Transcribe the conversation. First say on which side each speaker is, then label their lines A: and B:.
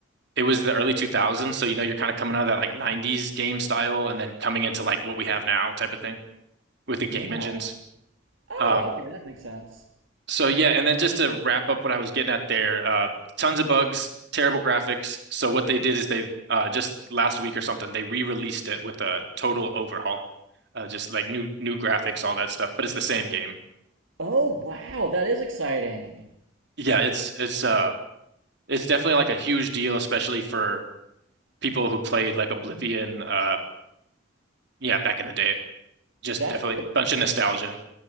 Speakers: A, on the right; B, on the right.
A: it was the early 2000s, so you know you're kind of coming out of that like 90s game style, and then coming into like what we have now type of thing with the game
B: yeah.
A: engines.
B: Oh,
A: Um,
B: okay, that makes sense.
A: so yeah, and then just to wrap up what I was getting at there, uh, tons of bugs, terrible graphics. So what they did is they uh, just last week or something they re-released it with a total overhaul, uh, just like new new graphics, all that stuff. But it's the same game.
B: Oh, wow, that is exciting.
A: Yeah, it's it's uh it's definitely like a huge deal, especially for people who played like Oblivion. Uh, yeah, back in the day, just
B: That's
A: definitely
B: like a
A: a bunch of nostalgia.